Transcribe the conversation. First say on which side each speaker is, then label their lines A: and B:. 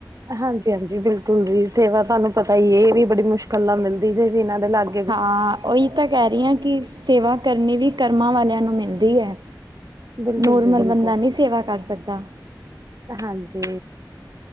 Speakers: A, on the right (about 50°); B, on the right (about 75°).
A: ਹਾਂਜੀ ਹਾਂਜੀ ਬਿਲਕੁਲ ਜੀ, ਸੇਵਾ ਤੁਹਾਨੂੰ ਪਤਾ ਹੀ ਇਹ ਵੀ ਬੜੀ ਮੁਸ਼ਕਿਲ ਨਾਲ ਮਿਲਦੀ ਜੇ, ਜਿਨਾਂ ਦੇ ਨਾਲ
B: ਹਾਂ, ਉਹੀ ਤਾਂ ਕਹਿ ਰਹੀ ਹਾਂ, ਕਿ ਸੇਵਾ ਕਰਨੀ ਵੀ ਕਰਮਾਂ ਵਾਲਿਆਂ ਨੂੰ, ਮਿਲਦੀ ਹੈ
A: ਬਿਲਕੁਲ
B: ਨੋਰਮਲ
A: ਜੀ ਬਿਲਕੁਲ
B: ਬੰਦਾ, ਨਹੀਂ ਸੇਵਾ ਕਰ ਸਕਦਾ।
A: ਹਾਂਜੀ,